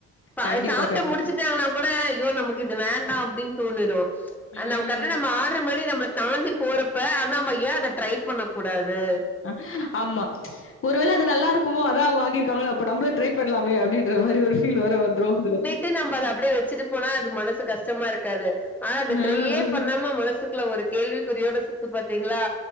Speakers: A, on the left; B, in the centre.
A: கண்டிப்பா,
B: அத சாப்ட்டு
A: கண்டிப்பா.
B: முடிச்சுட்டாங்கனா கூட ஐயோ நமக்கு இது வேண்டாம் அப்படின்னு தோணிடும்
A: ம்.
B: ஆனா கரக்ட நம்ம ஆடர் பண்ணி நம்ம தாண்டி போறப்ப ஆ நம்ம யா அத ட்ரை பண்ண கூடாது
A: அ ஆமா ஒருவேள அது நல்லா இருக்குமோ அதான் அவங்க வாங்கி ருக்காங்களோ அப்ப நம்மளும் ட்ரை பண்ணலாமே அப்படின்ற மாதிரி ஒரு ஃபீல் வேற வந்துரும் அதுல
B: வாங்கி நம்ம அத அப்படியே வச்சுட்டு போனா அது மனசு கஷ்டமா இருக்காது ஆனா அத
A: ம்.
B: ட்ரையே பண்ணாம மனசுக் குள்ள ஒரு கேள்விக்குறியோட சுத்து பாத்தீங்களா